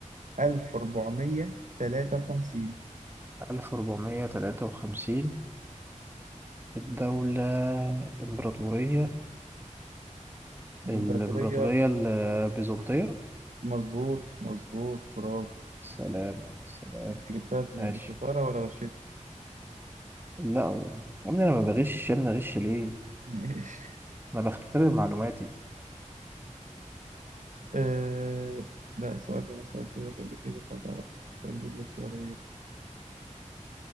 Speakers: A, on the right; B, on the right.
A: 1453
B: 1453 الدولة الإمبراطورية الإمبراطورية
A: امبراطورية
B: البيزنطية
A: مظبوط مظبوط برافو
B: سلام سلام
A: انت جبتها بز-
B: ماشي
A: بشطارة ولا غشيت؟
B: لا يا ابني انا ما بغش يا ابني اغش ليه؟
A: ماشي
B: انا بختبر معلوماتي
A: أه... لا السؤال ده أنا سألته لك قبل كده فتعرف فنجيب لك سؤال غير